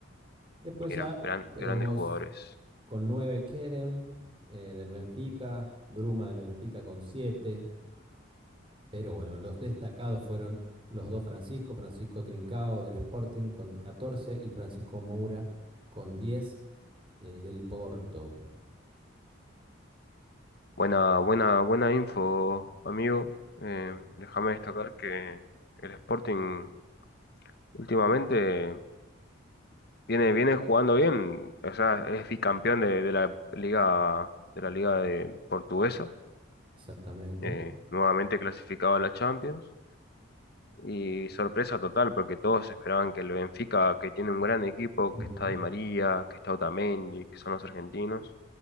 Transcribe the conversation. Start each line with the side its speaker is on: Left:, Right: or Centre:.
Right: Después
Left: Mirá,
Right: ya
Left: gran-
Right: tenemos
Left: grandes jugadores.
Right: con 9 Kerem eh, del Benfica, Bruma del Benfica con 7. pero bueno, los destacados fueron los dos Francisco, Francisco Trincao del Sporting con 14 y Francisco Moura con 10 eh, del Porto,
Left: Buena, buena, buena info, amigo. Eh, déjame destacar que el Sporting últimamente viene, viene jugando bien. O sea, es bicampeón de, de la liga, de la liga de portuguesa.
Right: exactamente.
Left: eh, nuevamente clasificado a la Champions. Y sorpresa total, porque todos esperaban que el Benfica, que tiene un gran equipo,
Right: Ujú,
Left: que está Di María, que está Otamendi, que son los argentinos,